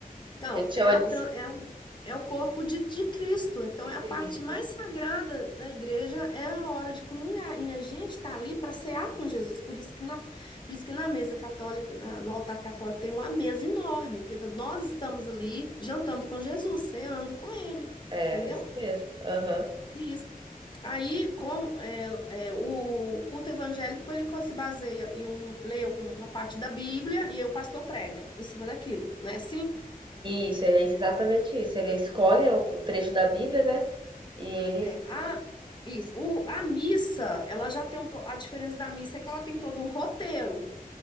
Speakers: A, on the left (about 30°); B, on the right (about 30°).
A: Então,
B: A gente chama
A: é, a,
B: de
A: tran- é, o, é o corpo de, de Cristo. Então,
B: de
A: é
B: Cristo.
A: a parte mais
B: isso.
A: sagrada da igreja, é a hora de comungar. E a gente está ali para cear com Jesus. Por isso que na, por isso que na mesa católica, na- no altar católico, tem uma mesa enorme. Porque nós estamos ali jantando com Jesus, ceando com ele.
B: É,
A: Entendeu?
B: isso mesmo. Aham.
A: Isso. Aí, com é, é, o culto evangélico, ele co- se baseia em um, ler uma parte da Bíblia e aí o pastor prega em cima daquilo, não é assim?
B: Isso, é exatamente isso. Ele escolhe um trecho da Bíblia, né? E ele.
A: É, a, isso. O- a missa, ela já tem um pouco. A diferença da missa é que ela tem todo um roteiro,